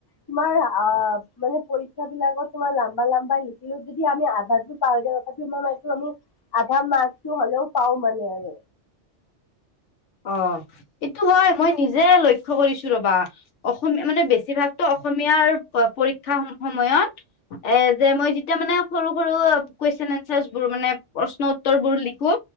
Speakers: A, on the left (about 30°); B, on the left (about 80°).
A: তোমাৰ অ মানে পৰীক্ষা বিলাকত তোমাৰ লাম্বা লাম্বা লিখিলো যদি আমি আধাৰতো পাই যাওঁ আজীৱন এইটো আমি আধা মাৰ্কটো হলেও পাও মানে আৰু
B: অ এইটো হয় মই নিজে লক্ষ্য কৰিছো ৰবা অসমীয়া মানে বেছিভাগতো অসমীয়াৰ পৰীক্ষা সম সময়ত এ যে মই যেতিয়া মানে সৰু সৰু কুৱেশন এনচাৰ্চ বোৰ মানে প্ৰশ্ন উত্তৰ বোৰ লিখো